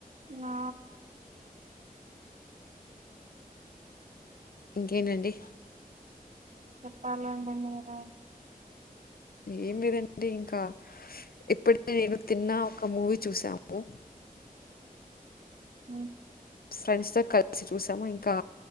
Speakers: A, on the right (about 55°); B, on the left (about 75°).
A: ఆ
B: ఇంకేంటండి
A: చెప్పాలాండి మీరే
B: ఏం లేదండి ఇంకా ఇప్పటికి నేను తిన్నా ఒక మూవీ చూసాము
A: అ
B: ఫ్రెండ్స్ తో కలిసి చూసాము ఇంకా